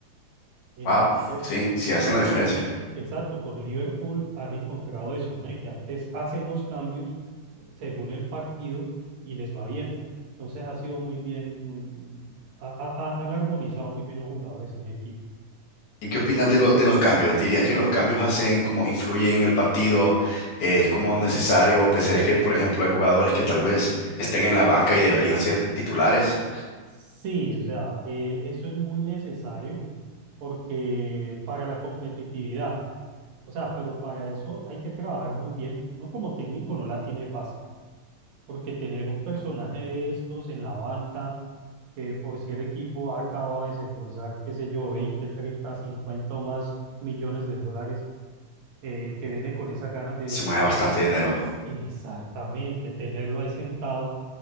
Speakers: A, on the right; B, on the left.
A: Entonces,
B: Wow, sí, sí hacen
A: y-
B: la diferencia.
A: exacto, con Liverpool han encontrado eso, ¿no? Que antes hacen los cambios según el partido y les va bien. Entonces ha sido muy bien, muy, ha- ha- ha- han armonizado muy bien los jugadores en el equipo.
B: ¿Y qué opinas de, lo- de los cambios? ¿Dirías que los cambios hacen como influyen en el partido? Eh, ¿es como necesario? ¿O ¿Pensarías que, por ejemplo, hay jugadores que tal vez estén en la banca y deberían ser titulares?
A: Sí, o sea, eh, eso es muy necesario porque para la competitividad, o sea, pero para eso hay que trabajar muy bien. Uno como técnico no la tiene fácil, porque tener un personaje de estos en la banca, que por si el equipo ha acabado de desembolsar, qué sé yo, 20 30 50 o más millones de dólares, eh, que viene con esas ganas de
B: Se
A: brillar.
B: mueve bastante dinero.
A: Exactamente, tenerlo ahí sentado,